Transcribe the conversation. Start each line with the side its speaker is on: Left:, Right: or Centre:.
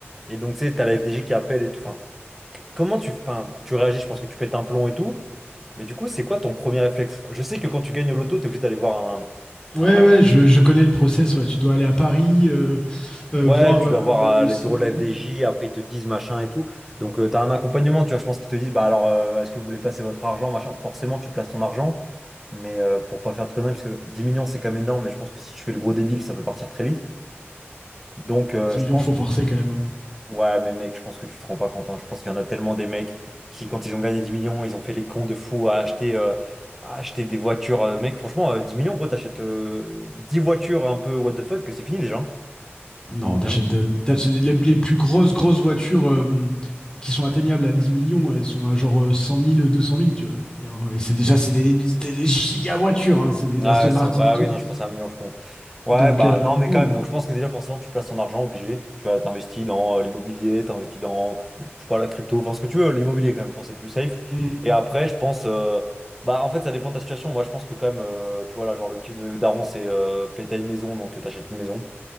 Centre: Et donc, tu sais, t'as la FDJ qui appelle et tout. Enfin, c- comment tu, enfin, tu réagis? Je pense que tu pètes un plomb et tout. Mais du coup, c'est quoi ton premier réflexe? Je sais que quand tu gagnes au loto, t'es obligé d'aller voir un,
Left: Ouais,
Centre: un-
Left: ouais, je, je connais le process. Ouais. Tu dois aller à Paris, euh, euh,
Centre: Ouais,
Left: voir
Centre: tu
Left: euh,
Centre: dois voir
Left: euh,
Centre: euh, les
Left: si
Centre: bureaux
Left: le
Centre: de la
Left: truc
Centre: FDJ,
Left: est...
Centre: après ils te disent machin et tout. Donc, tu t'as un accompagnement, tu vois. Je pense qu'ils te disent, bah alors, euh, est-ce que vous voulez placer votre argent, machin? Forcément, tu places ton argent, mais euh, pour pas faire de conneries, parce que 10 millions, c'est quand même énorme. Mais je pense que si tu fais le gros débile, ça peut partir très vite. Donc,
Left: Oh,
Centre: euh,
Left: 10
Centre: je
Left: millions,
Centre: pense.
Left: faut forcer quand même. hein.
Centre: Ouais, mais mec, je pense que tu te rends pas compte. hein. Je pense qu'il y en a tellement des mecs qui, quand ils ont gagné 10 millions, ils ont fait les cons de fous à acheter, euh, à acheter des voitures. Euh, mec, franchement, euh, 10 millions, gros, t'achètes euh, 10 voitures un peu what the fuck, que c'est fini déjà. hein.
Left: Non, t'achètes
Centre: Même.
Left: euh, t'achètes les, les plus grosses, grosses voitures euh, qui sont atteignables à dix millions, elles sont à genre euh, cent mille, deux cent mille, tu vois. Et, euh, et c'est déjà, c'est des, c'est des giga voitures, hein, c'est des
Centre: Ah,
Left: Aston
Centre: c'est-
Left: Martin
Centre: ah
Left: et tout.
Centre: oui, non, je pensais à un million, je con. Ouais,
Left: Donc,
Centre: bah
Left: euh,
Centre: non, mais
Left: non.
Centre: quand même, donc je pense que déjà, forcément, tu places ton argent obligé. Tu vois, t'investis dans euh, l'immobilier, t'investis dans, je sais pas, la crypto, enfin ce que tu veux, l'immobilier quand même, je pense que c'est le plus safe.
Left: Mm.
Centre: Et après, je pense, euh, bah en fait, ça dépend de ta situation. Moi, je pense que quand même, euh, tu vois, là, genre le kiff de mes darons, c'est euh, péter une maison, donc euh, t'achètes une maison,